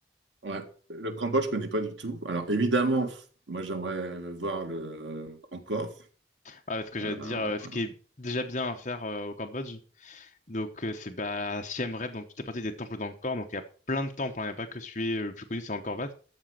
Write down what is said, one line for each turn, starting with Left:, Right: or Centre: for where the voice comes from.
Right: ouais, le Cambodge, je connais pas du tout. Alors, évidemment, moi, j'aimerais voir le encore.
Left: Ah, parce que j'allais
Right: Euh,
Left: te dire, euh, ce qui est déjà bien à faire euh, au Cambodge, donc euh, c'est bah, Siem Reap, donc tout est parti des temples d'Angkor, donc il y a plein de temples, hein, il n'y a pas que celui euh, le plus connu, c'est Angkor Wat.